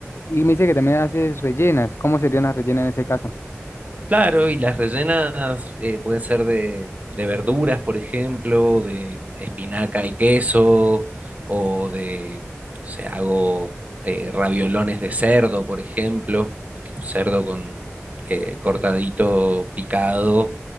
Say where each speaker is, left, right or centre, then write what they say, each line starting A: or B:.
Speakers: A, on the left; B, on the right.
A: Y me dice que también haces rellenas. ¿Cómo serían las rellenas en ese caso?
B: Claro, y las rellenas eh, pueden ser de, de verduras, por ejemplo, de espinaca y queso, o de, no sé, hago eh, raviolones de cerdo, por ejemplo, cerdo con eh, cortadito, picado,